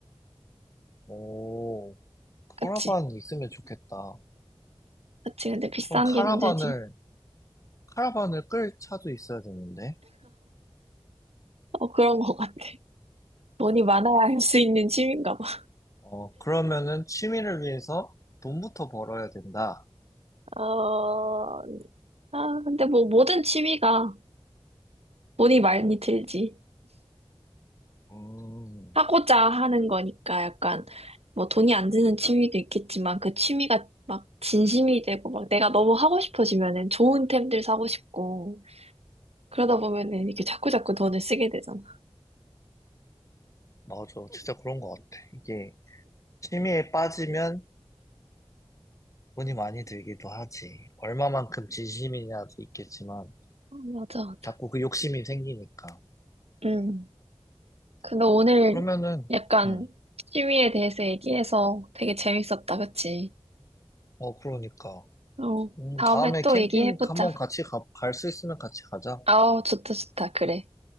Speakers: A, on the left; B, on the right.
A: 오, 카라반
B: 그치?
A: 있으면 좋겠다.
B: 그치. 근데 비싼
A: 그럼 카라반을,
B: 게 문제지.
A: 카라반을 끌 차도 있어야 되는데.
B: 어, 그런 것 같아. 돈이 많아야 할 수 있는 취미인가 봐.
A: 어, 그러면은 취미를 위해서 돈부터 벌어야 된다.
B: 어, 아, 근데 뭐 모든 취미가 돈이 많이 들지.
A: 음,
B: 하고자 하는 거니까 약간 뭐 돈이 안 드는 취미도 있겠지만 그 취미가 막 진심이 되고 막 내가 너무 하고 싶어지면은 좋은 템들 사고 싶고 그러다 보면은 이렇게 자꾸자꾸 돈을 쓰게 되잖아.
A: 맞아. 진짜 그런 것 같아. 이게 취미에 빠지면 돈이 많이 들기도 하지. 얼마만큼 진심이냐도 있겠지만,
B: 어, 맞아, 맞아.
A: 자꾸 그 욕심이 생기니까.
B: 음. 근데 오늘
A: 그러면은,
B: 약간
A: 응.
B: 취미에 대해서 얘기해서 되게 재밌었다, 그치?
A: 어, 그러니까.
B: 어.
A: 음,
B: 다음에
A: 다음에
B: 또
A: 캠핑
B: 얘기해보자.
A: 한번 같이 가, 갈 수 있으면 같이 가자.
B: 아우, 좋다, 좋다. 그래.